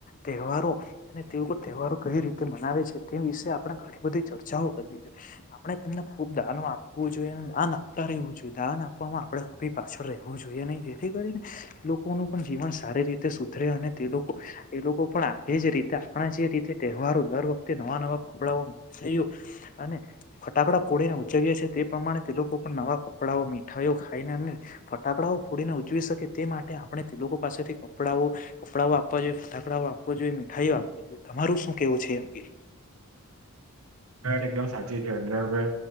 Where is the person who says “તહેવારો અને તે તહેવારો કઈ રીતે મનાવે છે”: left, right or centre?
Left